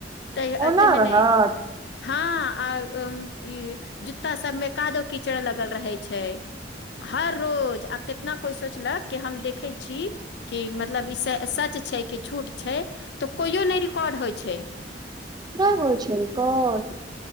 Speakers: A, on the left (about 65°); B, on the right (about 25°).
A: त
B: ओना
A: तेहने
B: रहत
A: हँ आ अं ई जूता सबमे कादो कीचड़ लगल रहे छै हर रोज आ केतना कोइ सोचलक कि हम देखै छी कि मतलब ई सच छै कि झूठ छै तऽ कोइयो नई रिकॉर्ड होइ छै
B: नहि होइ छै कोन